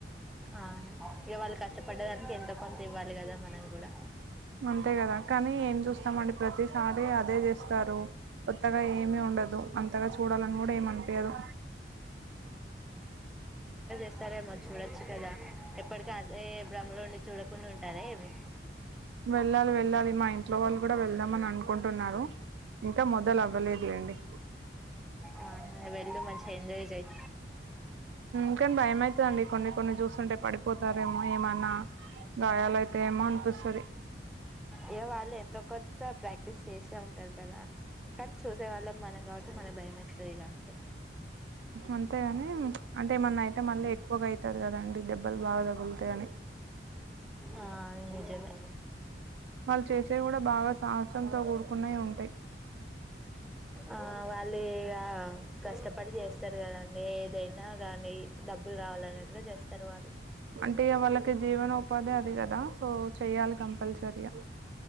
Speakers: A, in the centre; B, on the right (about 80°).
A: ఆ ఇక వాళ్ళు కష్టపడదానికి ఎంత కొంత ఇవ్వాలి కదా మనం కూడా
B: అంతే కదా కానీ ఏం చూస్త స్తామండి ప్రతిసారి అదే చేస్తారు కొత్తగా ఏమి ఉండదు అంతగా చూడాలని కూడా ఏమంట అనిపియదు
A: చస్తారేమో చూడొచ్చు కదా ఎప్పటిక అదే భ్ర్మలో నుండి చూడకుండా ఉంటార ఏమి
B: వెళ్ళాలి వెళ్ళాలి మా ఇంట్లో వాళ్ళు కూడా వెళ్దామని అనుకుంటున్నారు ఇంకా మొదలు అవ్వలేదు అండి
A: ఆ వెళ్ళు మంచి ఎంజాయ్ చెయి
B: ఇకాని భయం అవుతుందండి కొన్ని కొన్ని చూస్తుంటే పడిపోతారేమో ఏమన్నా గాయాలయితే ఏమో అనిపిస్తది
A: ఇయో వాళ్ళు ఎంతో కొత్త ప్రాక్టీస్ చేసే ఉంటారు కదా కానీ చూసే వాళ్ళం మనం కాబట్టి మనకి భయం వేస్తది ఇక అంతే
B: అంతేగాని అంటే ఏమన్నా అయితే మళ్ళీ ఎక్కువగా అయితారు కదండి దెబ్బలు బాగా తగులుతాయి అని
A: ఆ నిజమే
B: వాళ్ళు చేసేవి కూడా బాగా సాహసంతో కూడుకున్నవి ఉంటాయి
A: ఆ వాళ్ళు ఇగ కష్టపడి చేస్తారు కదండి ఏదైనా కానీ డబ్బులు రావాలనీ అట్టుగా చేస్తారు వాళ్ళు
B: అంటే వాళ్ళకి జీవనోపాధి అది కదా సో చెయాలి కంపల్సరియా